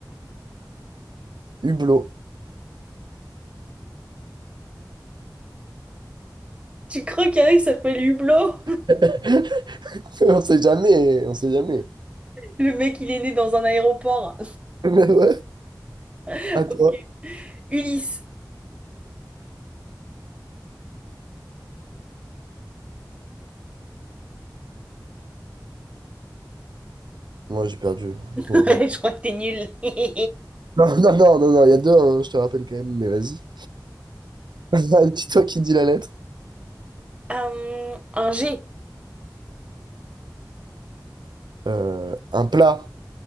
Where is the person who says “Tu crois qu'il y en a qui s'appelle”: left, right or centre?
Right